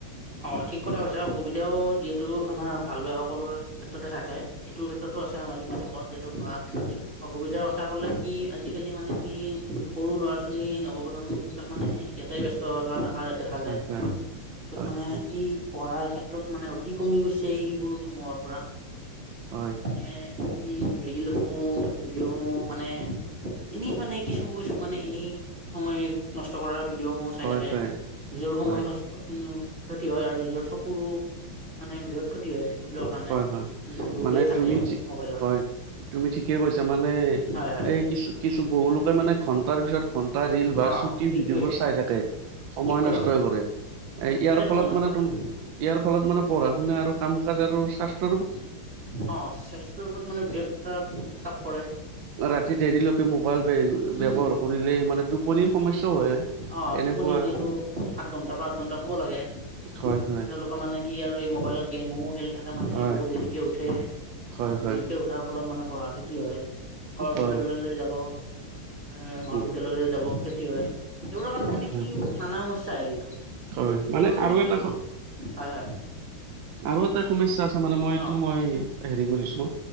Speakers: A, on the right; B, on the right.
A: অ, ঠিক কথা কৈছে, অসুবিধাও যিহেতু আমাৰ ভাল বেয়া সকলো ক্ষেত্ৰতে থাকে। এইটোৰ ক্ষেত্ৰতো আছে, সামাজিক মাধ্যমত যিহেতু, অসুবিধা কথা ক'লে কি আজিকালি মানে কি সৰু ল'ৰা, ছোৱালী নৱপ্ৰজন্ম এইবিলাক মানে ইয়াতে ব্যস্ত থকা দেখা, দেখা দেখা যায়,
B: হয়, হয়,
A: পিছত
B: হয়,
A: মানে
B: হয়,
A: এই পঢ়াৰ ক্ষেত্ৰত মানে অতি কমি গৈছে। তে, সেইবোৰ সময়ৰ পৰা।
B: হয়,
A: মানে এই ৰিলসমূহ, ভিডিঅ, সমূহ মানে এনে মানে কিছুু, বস্তু মনে এনেই সময় নষ্ট কৰা ভিডিঅ, সমূহ খাই
B: হয়,
A: থাকে,
B: হয়,
A: নিজৰো সময়
B: হয়।
A: ক্ষতি হয় আৰু নিজৰ চকুৰো মানে বি ক্ষতি হয়, সেইবোৰ কাৰণে,
B: হয় হয়
A: সেতু দোৰে
B: মানে
A: থাকে
B: তুমি ঠিক
A: মোবাইলৰ।
B: হয় তুমি ঠিকে কৈছা মানে
A: হয় হয়
B: এই, কিছু কিছু বহু লোকে মানে ঘণ্টাৰ পিছত, ঘন্টা ৰেল বা
A: অ সেইটোৱে
B: ভিডিঅ'বোৰ চাই থাকে সময়
A: ঠিক কথা
B: নষ্ট
A: কৈছা।
B: হৈ কৰে, ইয়াৰ
A: বিৰাট
B: ফলত
A: সময় নষ্ট
B: মানে
A: কৰে
B: তু ইয়াৰ ফলত মানে পঢ়া, শুনা আৰু কাম কাজ আৰু স্বাস্থ্য
A: অঁ, স্বাস্থ্যৰ ওপৰত মানে বিৰাট এটা চাপ পৰে।
B: ৰাতি দেৰিলৈকে মোবাইল
A: উম
B: ব্যৱহাৰ কৰিলে মানে, টোপনিৰ সমস্যাও হয়।
A: অঁ,
B: এনেকুৱা
A: টোপনি যিহেতু সাত ঘণ্টা বা আঠ ঘণ্টা শুব লাগে।
B: হয় হয়
A: তেওঁলোকে মানে কি আৰু এই মোবাইলত গে গেম চেমুমো খেলি থাকে, মানে
B: হয়
A: বহুত দেৰিকে উঠে,
B: হয় হয়
A: দেৰিকে উঠাৰ ফলত মানে পঢ়া ক্ষতি হয়। কলৰ
B: হয়
A: বিদ্যালয়লৈ যাব, এ মহাবিদ্যালয়লৈ
B: উম,
A: যাব ক্ষতি হয়। এইবোৰৰ কাৰণে
B: হয়
A: মানে
B: হয়
A: কি নানা সমস্যা হৈ কিন্তু,
B: হয়
A: এইবোৰ মানে
B: আৰু
A: কি
B: এটা
A: হয় হয়।
B: আগতে সমস্যা আছে মানে মইটো
A: অ
B: মই হেৰি, হেৰি কৰি। আছো।